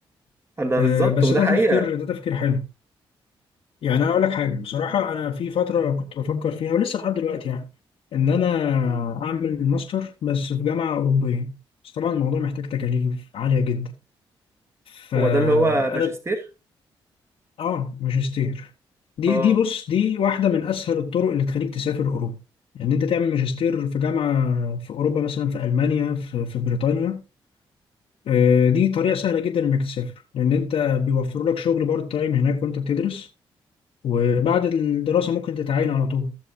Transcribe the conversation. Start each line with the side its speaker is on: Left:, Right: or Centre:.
Right: ده
Left: آه
Right: بالظبط
Left: بس
Right: وده
Left: ده
Right: حقيقه
Left: تفكير ده تفكير حلو يعني أنا أقول لك حاجة بصراحة أنا في فترة كنت بفكر فيها ولسه لحد دلوقتي يعني إن أنا أعمل ماستر بس في جامعة أوروبية بس طبعا الموضوع محتاج تكاليف عالية جدا فأنا
Right: هو ده اللي هو ماجستير
Left: آه ماجستير دي
Right: اه
Left: دي بص دي واحدة من أسهل الطرق اللي تخليك تسافر أوروبا إن يعني أنت تعمل ماجستير في جامعة في أوروبا مثلا في ألمانيا في, في بريطانيا آه، دي طريقة سهلة جدا إنك تسافر لأن أنت بيوفروا لك شغل بارت تايم هناك وأنت بتدرس وبعد الدراسة ممكن تتعين على طول